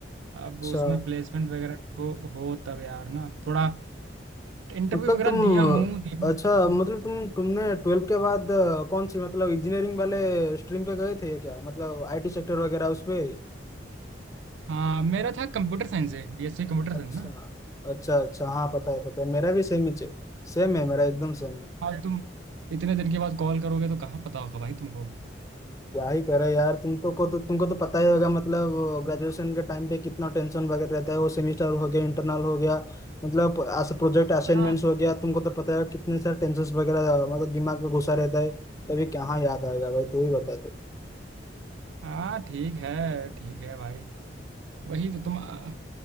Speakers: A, on the right; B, on the left.
A: अब
B: अच्छा
A: उसमें प्लेसमेंट वगैरह को हो तब यार ना थोड़ा इंटरव्यू
B: मतलब
A: वगैरह
B: तुम
A: दिया हूँ देखो
B: अच्छा मतलब तुम तुमने ट्वेल्थ के बाद अ, कौन सी मतलब इंजीनियरिंग वाले स्ट्रीम पे गए थे या क्या मतलब आईटी सेक्टर वगैरह उसपे
A: हाँ मेरा था कंप्यूटर साइंस है बीएससी कंप्यूटर
B: अच्छा
A: साइंस ना
B: अच्छा अच्छा हाँ पता है पता है मेरा भी सेम ही सेम है मेरा एकदम सेम
A: आज तुम इतने दिन के बाद कॉल करोगे तो कहाँ पता होगा भाई तुमको
B: क्या ही करे यार तुम तो को तो तुमको तो पता ही होगा मतलब ग्रेजुएशन के टाइम पे कितना टेंशन वगैरह रहता है वो सेमेस्टर हो गया इंटरनल हो गया मतलब प्रोजेक्ट असाइनमेंट्स
A: हाँ
B: हो गया तुमको तो पता है कितने सारे टेंशन वगैरह मतलब दिमाग में घुसा रहता है तभी कहाँ याद आएगा भाई तू ही बता दे
A: हाँ ठीक है ठीक है भाई वही तो तुम आ,